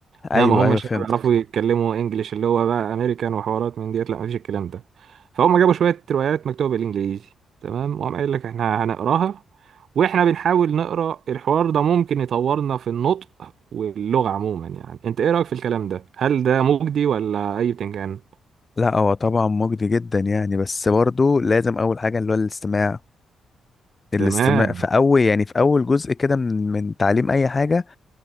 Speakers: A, on the left (about 35°); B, on the right (about 65°).
A: ايوه
B: لا ما هماش
A: ايوه فهمتك
B: يعني بيعرفوا يتكلموا انجليش اللي هو بقى امريكان وحوارات من ديت لا مفيش الكلام ده فهم جابوا شويه روايات مكتوبه بالانجليزي تمام وقام قايل لك احنا هنقراها واحنا بنحاول نقرا الحوار ده ممكن يطورنا في النطق واللغه عموما يعني انت ايه رايك في الكلام ده هل ده مجدي ولا اي بتنجان
A: لا هو طبعا مجدي جدا يعني بس برضو لازم اول حاجة اللي هو الاستماع الاستماع
B: تمام
A: في اول يعني في اول جزء كده من من تعليم اي حاجة